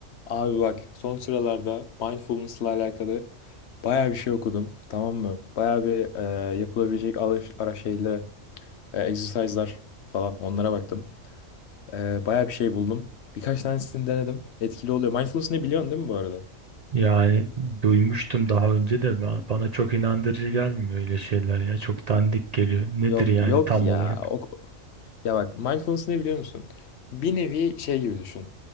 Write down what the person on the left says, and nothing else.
Abi bak son sıralarda mindfulness'la alakalı bayağı bir şey okudum tamam mı? Bayağı bir e, yapılabilecek alış, ara şeylere, e, exercise'lar falan onlara baktım. E, bayağı bir şey buldum. Birkaç tanesini denedim. Etkili oluyor. Mindfulness ne biliyorsun değil mi bu arada?
Yok
yok
ya.
O, ya bak mindfulness ne biliyor musun? Bir nevi şey gibi düşün.